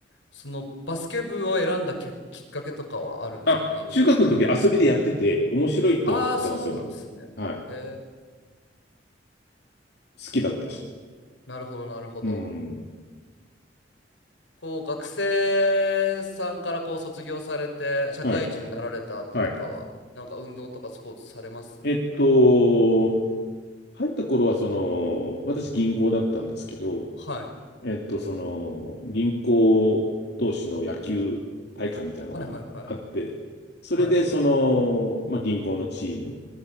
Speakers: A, on the left; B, on the left.
A: そのバスケ部を選んだきっきっかけとかはあるんですか理由とか。
B: あ、中学の時遊びでやってて面白いって思ってたんですよ。
A: ああ、そうなんですね。
B: はい。
A: えー、
B: 好きだったし。
A: なるほど、なるほど。
B: うん。
A: こう、学生さんからこう卒業されて、社会人になられた後とかは、
B: はい。はい。
A: なんか運動とかスポーツされます
B: えっと、入った頃は、その、私銀行だったんですけど、
A: はい。
B: えっと、その、銀行同士の野球大会みたいなのがあって、
A: はいはいはい。
B: それで、
A: はい。
B: その、まあ、銀行のチーム、